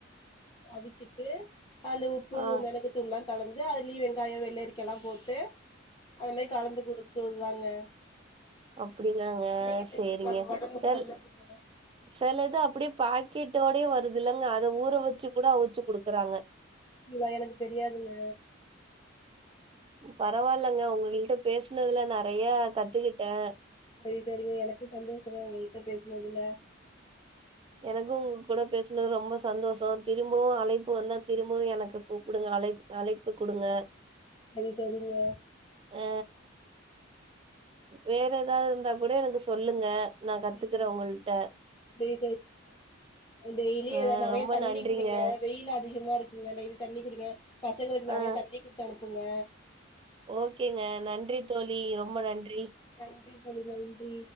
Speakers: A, on the left; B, on the right.
A: அவிச்சுட்டு அதுல உப்பு
B: ஆ
A: மிளகுத்தூள் எலா கலந்து அதுலயு வெங்காயம் வெள்ளரிக்கா எலாம் போட்டு அதுமே கலந்து குடுக்குதாங்க <unintelligible>
B: அப்டிங்காங்க
A: நீங்க செஞ்சு
B: சேரிங்க
A: பாருங்க ஒடம்புக்கு
B: சல்
A: நல்லதுங்க
B: சில இது அப்டியே பாக்கெட்டோடே வருதுல்லங்க அத ஊற வச்சு கூட வச்சுஅவுச்சு குடுக்குறாங்க
A: இவா எனக்கு தெரியாதுங்க
B: <unintelligible> பரவால்லங்க உங்கள்ட்ட பேஸ் ன்னதுல நெறய கத்துக்கிட்டேன்
A: செரி செரிங்க எனக்கு சந்தோசங்க உங்கள்ட்ட பேசுனதுல
B: எனக்கும் உங்க கூடா பேசுனது ரொம்ப சந்தோஷம் திரும்பவும் அழைப்பு வந்தா திரும்பவும் எனக்கு கூப்பிடுங்க அழைப்பு குடுங்க
A: சரி சரிங்க
B: அ வேற எதாது இருந்தா கூட எனக்கு சொல்லுங்க நான் கத்துக்கறேன்
A: சரிங்க
B: உங்கள்ட்ட
A: சரி டெய்லி
B: அ
A: நெறய
B: ரொம்ப
A: தண்ணி
B: நன்றிங்க
A: குடிங்க வெயில் அதிகமா இருக்கு <unintelligible> தண்ணி குடிங்க பசங்களுக்கு நெறய
B: ஆ
A: தண்ணி குடுத்து அனுப்புங் ருக்குங்க
B: ஓகேங்க நன்றி தோலி ரொம்ப நன்றி
A: நன்றி பை நன்றி